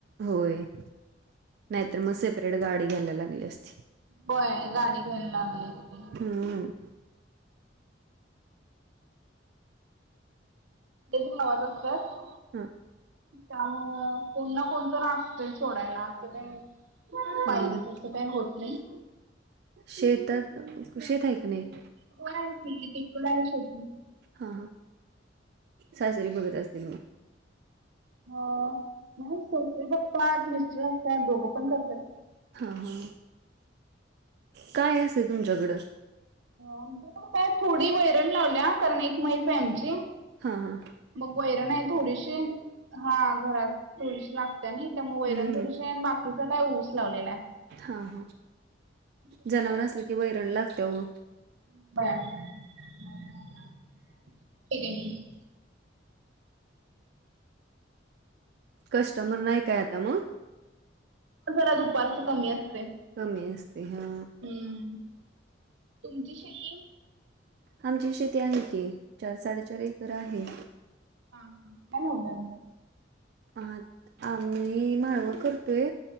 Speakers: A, on the right (about 60°); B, on the right (about 80°).
A: होय. नाहीतर मग सेपरेट गाडी घ्यायला लागली असती.
B: होय. गाडी घ्यायला लागली असती.
A: हम्म.
B: ते पण गावात असतात.
A: हा.
B: त्यामुळं कोण ना कोण तर असतंय सोडायला असं काय
A: हां
B: पाहिजेच असं काही होत नाही.
A: शेतात, शेत आहे का नाही?
B: हो आहे की <unintelligible> आहे शेती.
A: हा हा, सासरे बघत असतील मग?
B: हा नाही सासरे बघतात, मिस्टर असतात दोघं पण करतात.
A: हा हा काय असते तुमच्याकडं?
B: आमच्याकडं काय थोडी वैरण लावल्या, कारण एक म्हैस आहे आमची.
A: हा हा.
B: मग वैरण आहे थोडीशी. हा घरात थोडीशी लागत्या नाही का, मग वैरण
A: हम्म
B: थोडीशी आणि बाकीचा काय ऊस लावलेला आहे.
A: हा हा
B: तुमची
A: जनावर
B: आहे शेती?
A: असलं की वैरण लागते ओ.
B: <unintelligible>
A: कस्टमर नाही काय आता मग?
B: जरा दुपारचं कमी असतंय.
A: कमी असते हा
B: हम्म तुमची शेती?
A: आमची शेती आहे की, चार साडेचार एकर आहे.
B: हा हा, काय करताय मग?
A: आ आम्ही मालवं करतोय,